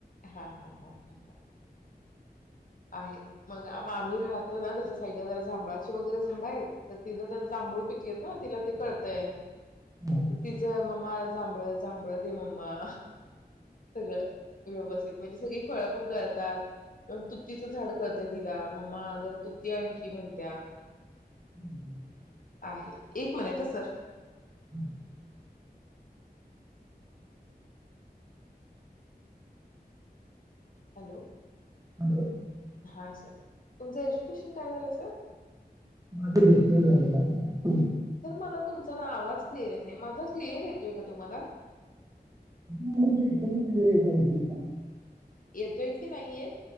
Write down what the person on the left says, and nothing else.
हा हा हा हा हा आहे मग मामी राहत तर ना त्याच्या साईडला जरा जांभळाची वगैरे झाडं आहेत तर तिजं त जांभूळ पिकलेत ना तिला ते कळतंय.
त तिज मम्मा जांभळ जांभळ दे मम्मा. सगळं व्यवस्थित म्हणजे सगळी फळं पण कळतात तू तीचं झाड कळतय तिला मम्मा जरा तुती आण की म्हण तीया.
आहे एक मिनिट ह सर
हॅलो
हां सर तुमचं एज्युकेशन काय झालंय सर
सर मला तुम् पण आवाज क्लिअर येत नाय माझा क्लिअर येतोय का तुम्हाला
येतोय की नाही येत